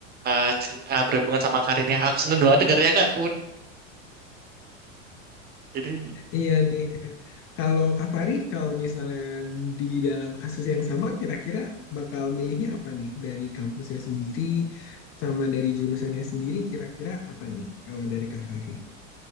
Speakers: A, on the right; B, on the left.
A: eh, jen- eh, berhubungan sama karirnya. Aku senang banget dengernya Kak. Jadi
B: Iya nih, Kak. kalau Kak Fari, kalau misalnya di dalam kasus yang sama, kira-kira bakal milihnya apa nih? Dari kampusnya sendiri, sama dari jurusannya sendiri, kira-kira apa nih kalau dari Kak Fari?